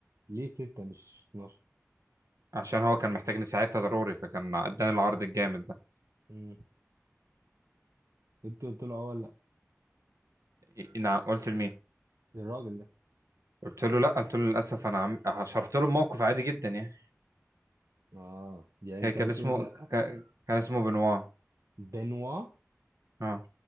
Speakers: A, on the right; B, on the right.
A: ليه ستة مش 12
B: عشان هو كان محتاجني ساعتها ضروري فكان اداني العرض الجامد ده
A: مم. انت قلت له اه ولا
B: إيه، نعم قلت لمين
A: لا الراجل ده
B: قلت له لا قلت له للاسف انا عم... شرحت له الموقف عادي جدا يعني
A: اه يعني
B: كان
A: انت
B: كان
A: قلت
B: اسمه
A: له لا
B: كان كان اسمه بنوا
A: بنوا
B: اه